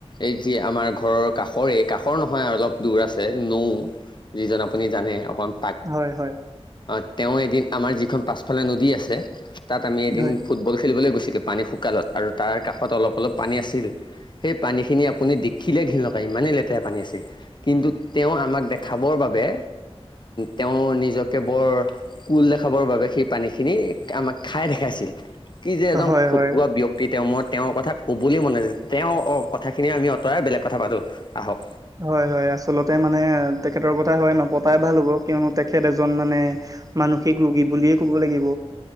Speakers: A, on the left; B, on the right.
A: এই যি আমাৰ ঘৰৰ কাষৰে কাষৰ নহয় অলপ দূৰ আছে নৌ যিজন আপুনি জানে অকণমান
B: হয় হয়।
A: অ তেওঁ এদিন আমাৰ যিখন পাছফালে নদী আছে। তাত আমি এদিন
B: হয়
A: ফুটবল খেলিবলৈ গৈছিলোঁ গতিকে পানী শুকালত আৰু তাৰ কাষত অলপ অলপ পানী আছিল। সেই পানীখিনি আপুনি দেখিলে ঘিন লগা। ইমানে লেতেৰা পানী আছিল কিন্তু তেওঁ আমাক দেখাবৰ বাবে তেওঁ নিজকে বৰ কুল দেখাবৰ বাবে সেই পানীখিনি আমাক খাই দেখাইছিল। কি যে এজন
B: হয়
A: ফটোৱা
B: হয়
A: ব্যক্তি। তেওঁ মই তেওঁৰ কথা কবলৈ মনে যোৱা নাই তেওঁ কথাখিনি আমি আঁতৰাই বেলেগ কথা পাতো আহক।
B: হয় হয় আচলতে মানে। তেখেতৰ কথা হৈ নপতাই ভাল হ'ব। কিয়নো তেখেত এজন মানে মানসিক ৰোগী বুলিয়ে ক'ব লাগিব।